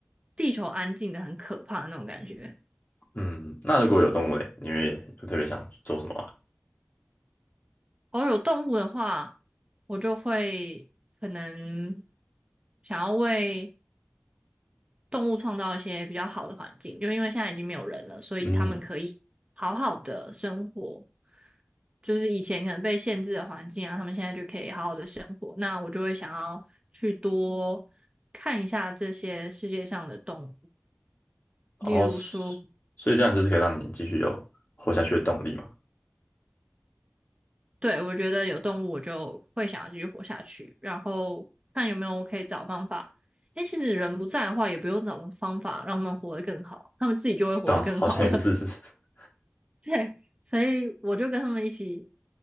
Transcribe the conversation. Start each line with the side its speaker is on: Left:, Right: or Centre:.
Right: 地球安静的很可怕那种感觉。
Left: 嗯，那如果有动物嘞，你会就特别想做什么啊？
Right: 偶尔有动物的话，我就会可能想要为动物创造一些比较好的环境，就因为现在已经没有人了，所以他们可以好好的生活。
Left: 嗯，
Right: 就是以前可能被限制的环境啊，他们现在就可以好好的生活。那我就会想要去多看一下这些世界上的动物，
Left: 哦，
Right: 例如说，
Left: 所以这样就是可以让你继续有活下去的动力嘛？
Right: 对，我觉得有动物我就会想要继续活下去，然后看有没有我可以找方法。诶，其实人不在的话，也不用找方法让他们活得更好，他们自己就会活得更好了。
Left: 对啊，好像也是。<laughs>
Right: <laughs> 对，所以我就跟他们一起